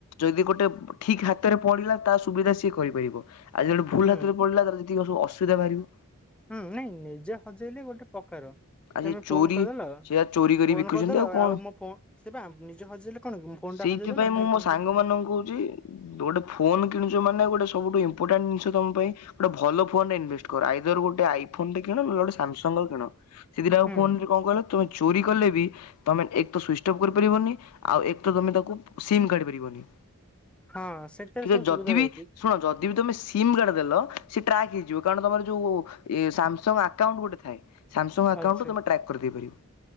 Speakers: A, on the left (about 75°); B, in the centre.
A: ଯଦି ଗୋଟେ ଠିକ୍ ହାତରେ ପଡିଲା ତା ସୁବିଧା ସିଏ କରିପାରିବ। ଆଜି ଗୋଟେ ଭୁଲ
B: ହୁଁ
A: ହାତରେ ପଡ଼ିଲା ତାର ଯେତିିକି ସବୁ ଅସୁବିଧା ବାହାରିବ।
B: ହୁଁ ନାଇଁ ନିଜେ ହଜେଇଲେ ଗୋଟେ ପ୍ରକାର।
A: ଆଉ
B: ତମେ
A: ସେ
B: ଫୋନ୍
A: ଚୋରି
B: କରିଦେଲ
A: ସେଆ ଚୋରି କରି
B: ଫୋନ୍
A: ବିକୁଛନ୍ତି
B: କରିଦେଲ
A: କଣ
B: ଆଉ ମୋ ଫୋ ସିଏପା ନିଜେ ହଜେଇଲେ କଣ କି ଫୋନ
A: ସେଇଥିପାଇଁ
B: ଟା ହଜେଇଦେଲ ତମେ
A: ମୁଁ ମୋ
B: ଫୋନ
A: ସାଙ୍ଗ ମାନଙ୍କୁ କହୁଚି ତୁ ଗୋଟେ ଫୋନ କିଣୁଚୁ ମାନେ ଗୋଟେ ସବୁଠୁ ଇମ୍ପୋଟାଣ୍ଟ ଜିନିଷ ତମ ପାଇଁ ଗୋଟେ ଭଲ ଫୋନ୍ ରେ ଇନଭେଷ୍ଟ କର। ଆଇଦର ଗୋଟେ ଆଇଫୋନ୍ ଟେ କିଣ, ନହେଲେ ଗୋଟେ ସାମ୍ସଙ୍ଗ ର କିଣ। ସେ ଦିଟା ଯାଙ୍କ
B: ହୁଁ
A: ଫୋନ୍ ରେ କଣ କହିଲ ତୁମେ ଚୋରି କଲେ ବି ତମେ ଏକ୍ ତ ସୁଇଚ୍ ଅଫ୍ କରିପାରିବନି ଆଉ ଏକ୍ ତ ତମେ ତାକୁ ସିମ୍ କାଢି ପାରିବନି।
B: ହଁ ସେଥିରେ
A: ଠିକ୍
B: ସବୁ
A: ଅଛି ଯଦି
B: ସୁବିଧା
A: ବିି
B: ରହୁଛି।
A: ଶୁଣ ଯଦି ବି ତମେ ସିମ୍ ଗାର୍ଡ଼ ଦେଲ ସେ ଟ୍ରାକ୍ ହେଇଯିବ। କାରଣ ତମର ଯୋଉ ଇଏ ସାମସଙ୍ଗ ଆକାଉଣ୍ଟ ଗୋଟେ ଥାଏ। ସାମସଙ୍ଗ ଆକାଉଣ୍ଟୁ
B: ଆଚ୍ଛା
A: ତମେ ଟ୍ରାକ୍ କରିଦେଇ ପାରିବ।